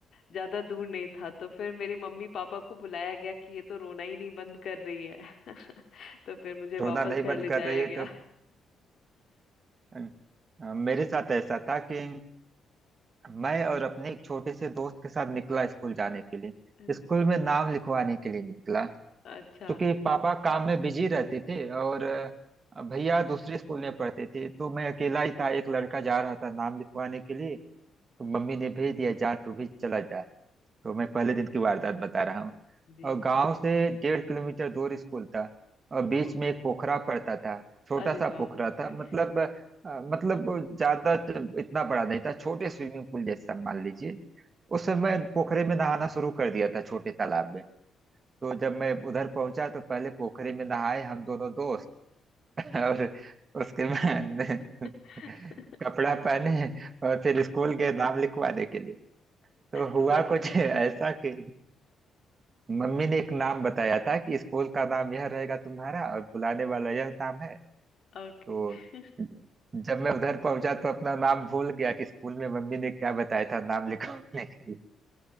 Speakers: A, on the left; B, on the right.
A: ज्यादा दूर नहीं था तो फिर मेरे मम्मी पापा को बुलाया गया कि ये तो रोना ही नहीं बंद कर रही है तो फिर
B: <laughs>
A: मुझे
B: रोना
A: वापस
B: नहीं
A: घर
B: बंद
A: ले जाया
B: कर रही है
A: गया
B: तो <laughs> मेरे साथ ऐसा था कि मैं और अपने एक छोटे से दोस्त के साथ निकला स्कूल जाने के लिए
A: <laughs>
B: स्कूल में नाम लिखवाने के लिए निकला
A: अच्छा
B: क्योंकि पापा काम में बिजी रहते थे और अ, भैया दूसरे स्कूल में पढ़ते थे तो मैं अकेला ही था एक लड़का जा रहा था नाम लिखवाने के लिए तो मम्मी ने भेज दिया जा तू भी चला जा तो मैं पहले दिन की वारदात बता रहा हूँ
A: जी
B: और गांव से डेढ़ किलोमीटर दूर स्कूल था और बीच
A: ओके
B: में एक पोखरा पड़ता था छोटा
A: अरे
B: सा
A: बाप
B: पोखरा
A: रे
B: था मतलब अ, मतलब ज्यादा इतना बड़ा नहीं था छोटे स्विमिंग पूल जैसा मान लीजिए उस समय पोखरे में नहाना शुरू कर दिया था छोटे तालाब में तो जब मैं उधर पहुंचा तो पहले पोखरे में नहाए हम दोनों दोस्त <laughs> और उसके बाद
A: <laughs>
B: <laughs> कपड़ा पहने और फिर स्कूल गए नाम लिखवाने के लिए तो हुआ
A: तो बट
B: कुछ ऐसा कि मम्मी ने एक नाम बताया था कि स्कूल का नाम यह रहेगा तुम्हारा और बुलाने वाला यह नाम है
A: ओके
B: तो
A: <laughs>
B: जब मैं उधर पहुंचा तो अपना नाम भूल गया कि स्कूल में मम्मी ने क्या बताया था नाम लिखवाने के